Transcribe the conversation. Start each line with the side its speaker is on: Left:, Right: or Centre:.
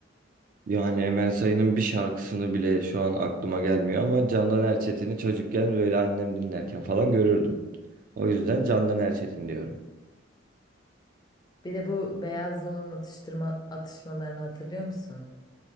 Right: Yani Emel Sayın'ın bir şarkısını bile şu an aklıma gelmiyor ama Candan Erçetin'i çocukken böyle annem dinlerken falan görürdüm. O yüzden Candan Erçetin diyorum.
Left: Bir de bu beyazlı olan atıştırma atışmalarını hatırlıyor musun?